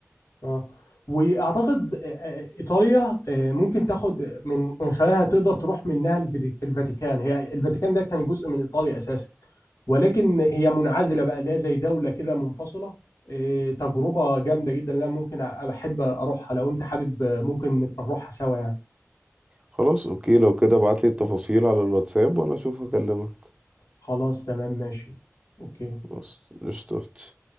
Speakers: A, on the left (about 80°); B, on the right (about 20°).
A: اه واعتقد آه، آه، ايطاليا آه، ممكن تاخد من من خلالها تقدر تروح منها الفاتي- الفاتيكان هي الفاتيكان ده كان جزء من ايطاليا اساسا ولكن هي منعزله بقى اللي هي زي دوله كده منفصله آه، تجربه جامده جدا لا ممكن أ- احب اروحها لو انت حابب آه، ممكن نبقى نروحها سوا يعني
B: خلاص اوكي لو كده ابعتلي التفاصيل على الواتساب وانا اشوف هكلمك
A: خلاص تمام ماشي اوكي
B: خلاص قشطة